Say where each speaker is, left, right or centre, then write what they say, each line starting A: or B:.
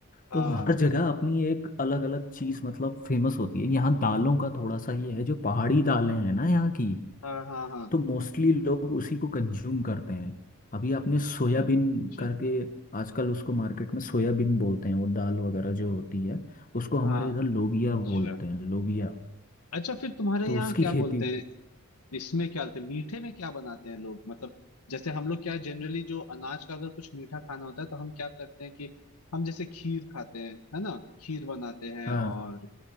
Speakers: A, on the left; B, on the left.
A: हाँ
B: तो हर जगह अपनी एक अलग अलग चीज मतलब फेमस होती है यहाँ दालों का थोड़ा सा ये है जो पहाड़ी दालें हैं ना यहाँ की
A: हाँ हाँ हाँ
B: तो मोस्टली लोग उसी को कंज्यूम करते हैं अभी आपने सोयाबीन
A: अच्छा अच्छा
B: करके आजकल उसको मार्केट में सोयाबीन बोलते हैं वो दाल वगैरह जो होती है उसको हमारे
A: हाँ
B: इधर लोबिया
A: अच्छा
B: बोलते हैं लोबिया
A: अच्छा फिर तुम्हारे
B: तो
A: यहाँ
B: उसकी
A: क्या
B: खेती
A: बोलते हैं इसमें क्या बोलते हैं मीठे में क्या बनाते हैं लोग मतलब जैसे हम लोग क्या जनरली जो अनाज का अगर कुछ मीठा खाना होता है तो हम क्या करते हैं कि हम जैसे खीर खाते हैं है ना खीर बनाते हैं
B: हाँ
A: और